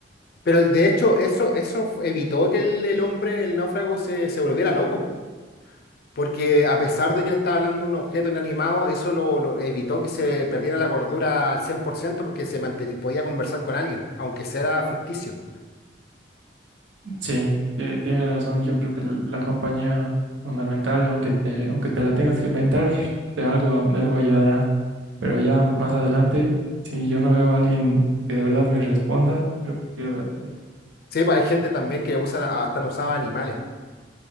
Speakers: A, on the left (about 55°); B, on the right (about 75°).
A: Pero de hecho eso, eso f- evitó que el, el hombre, el náufrago, se, se volviera loco. Porque a pesar de que le estaba hablando de un objeto inanimado, eso lo, lo evitó que se perdiera la cordura al 100% porque se mante- podía conversar con alguien, aunque sea ficticio.
B: Sí, eh, tienes razón, yo creo que la compañía fundamental, aunque te, aunque te la tengas que inventar, de algo, de algo ayudará. Pero ya más adelante, si yo no veo a alguien que de verdad me responda, creo que pierdo la cabeza.
A: Sí, pues hay gente también que usan, hasta no usaba animales.